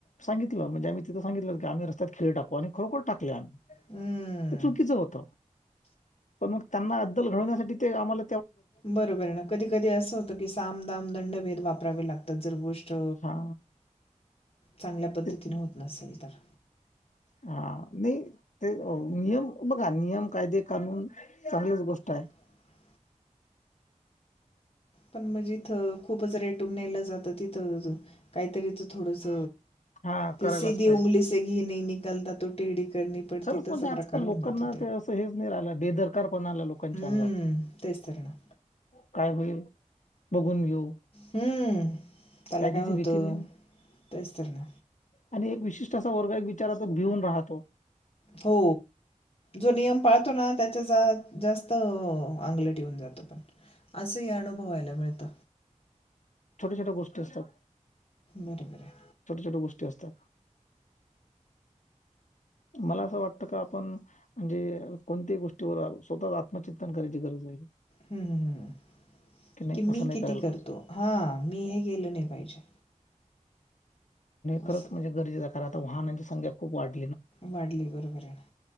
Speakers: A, on the left (about 65°); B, on the left (about 50°).
A: सांगितलं म्हणजे आम्ही तिथ सांितलं की आम् रस्त्यात खेळ टकू आणि खरोखर टाकले आम्ही.
B: हं.
A: ते चुकीचं होत पण मग त्यांना अद्दल घडवण्यासाठी ते आपल...
B: बरोबर आहे ना कधी कधी असं होतं की सामदाम.. ंड भेद वापरावे लागतात जर गोष्ट...
A: हा
B: चांगल्या पद्धतीने
A: ते
B: होत नसेल तर.
A: हा नाही ते नियम बघा नियम कायदे कानून चांगलीच गोष्ट आहे.
B: ह पण म्हणजे इथं खूपच रेटून नेलं जातं तिथं काहीतरीच थोडंस
A: हा
B: ते
A: करायलाच
B: सीधी उंगली स घी नाही निकलता तो टेढ़ी करनी पड़ती,
A: सरच
B: तसा
A: म्हणजे आजकाल
B: प्रकार होऊन
A: लोकांना
B: जातो
A: ते असं हेच नाही राहिलं बेदरकार पण आला लोकांच्या
B: हं.
A: अंगात
B: तेच तर ना.
A: काय होईल बघून घेऊ
B: हम्म त्याला
A: कायद्याची
B: काय होतं
A: भीती नाही
B: तेच तर ना
A: आणि एक विशिष्ट असा वर्ग एक विचाराचाो भिऊन राहतो
B: हो जो नियम पाळतो ना त्याच्या जास्त अंग जात पण असंही अनुभवायला मिळत
A: छोट्या गोष्टी असतात
B: बरबर आहे
A: छोट छोट गोष्टी असतात मला असं वाटतं का आपण म्हणजे कोणत्याही गोष्टीवर स्वतःच आत्मचिंतन करायची गरज आहे
B: हम्म हम्म हम्
A: की नाही
B: कि मी
A: असं नाही
B: किती
A: करायला
B: करतो
A: पाहिजे
B: हा मी हे केेलं नाही पाहिजे
A: खरचणजे
B: असं
A: गरजेचं कारण आता वाहनाची संख्या खूप वाढ
B: वाढली बरोबर आहे ना